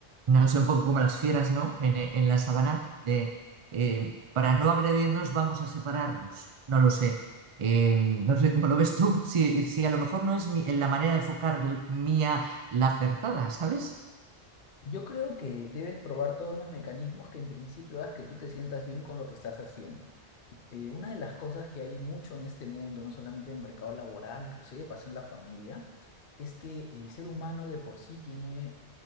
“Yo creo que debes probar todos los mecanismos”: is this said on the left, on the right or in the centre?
Left